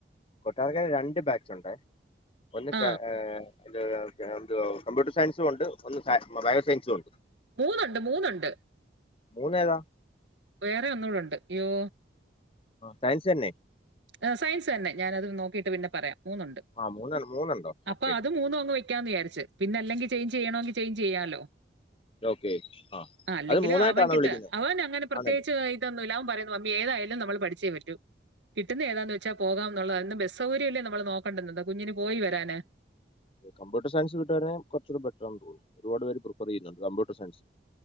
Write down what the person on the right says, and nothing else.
ആ
മൂന്നൊണ്ട് മൂണൊണ്ട്.
വേറെ ഒന്നൂടൊണ്ട് ഇയ്യോ
ഏ സയൻസ് തന്നെ ഞാനത് നോ ക്കീട്ട് പിന്നെ പറയാം. മൂന്നൊണ്ട്
അപ്പ
അത് മൂന്നുവങ്ങ് വെ ക്കാന്ന് വിചാരിച്ച് പിന്നെ അല്ലെങ്കി ചേഞ്ച് ചെയ്യണെങ്കിൽ ചേഞ്ച് ചെയ്യാലോ.
ആ അല്ലെങ്കിലും
അവൻകിട്ട
അവൻ അങ്ങനെ പ്ര
പ്രത്യേകിച്ചു വൈകിട്ടൊന്നുമില്ല അവൻ പറ മമ്മി ഏതായാലും നമ്മൾ പഠിച്ചേ പറ്റൂ കിട്ടുന്ന ഏതാന്ന് വെച്ചാ പോകാന്നുള്ളതാ ബസ് സൗകര്യമല്ലേ നമ്മള് നോക്കണ്ടന്നത് കുഞ്ഞിന് പോയി വരാന്.